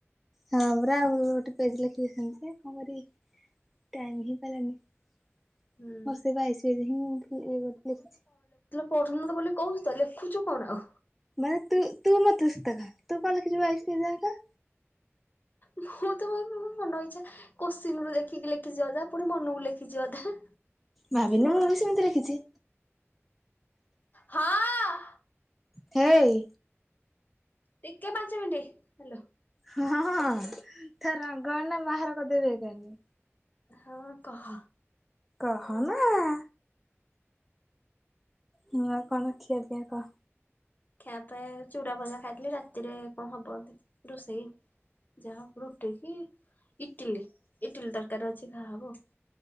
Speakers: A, in the centre; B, on the left.
A: ହଁ ପରା ଆଉ ଗୋଟେ ପେଜ ଲେଖିଦେଇଥାନ୍ତି ଯେ କଣ କରିବି। ଟାଇମ ହେଇପାରିଲାନି। ମୋର
B: ହୁଁ
A: ସେ ବାଇଶ ପେଜ ହିଁ ଲେଖିଛି।
B: ପଢୁନ ତ ବୋଲି କହୁଛୁ ତ ଲେଖୁଛୁ କଣ?
A: ମାନେ ତୁ ତୁ ମତେ ସତ କହ ତୁ ଲେଖିଛି ବାଇଶ ପେଜ ଜାଙ୍କ।
B: ମୁଁ ତ ମନ ଇଛା କୋସଚୀନରୁ ଦେଖିକି ଲେଖିଛିିଅଧା ପୁଣି ମନକୁ ଲେଖିଛି ଅଧା।
A: ଭାବିନେ
B: ମୋର
A: ମୁଁ ବି ସେମିତି ଲେଖିଛି।
B: ହଁ ଅ।
A: ହେ ଇ।
B: ଟିକେ ପାଞ୍ଚ ମିନଟ ହାଲୋ।
A: ହଁ ହଁ ତ ରଙ୍ଗ ଏଇନା ବାହାର କରିଦେବେ ଏଇକାନି।
B: ହଁ କହ,
A: କହ ନା ଆ ହଁ ଆଉ କଣଖିଆ ପିଆ କହ?
B: ଖାଇବା ପାଇଁ ଚୁଡା ଭଜା ଖାଇଥିଲି ରାତିରେ କଣ ହବ ରୁଷେଇ। ଯାହା ହବ ରୁଟି କି ଇଟିଲି ଇଟିଲି ତରକାରୀ ଅଛି ଖା ହବ।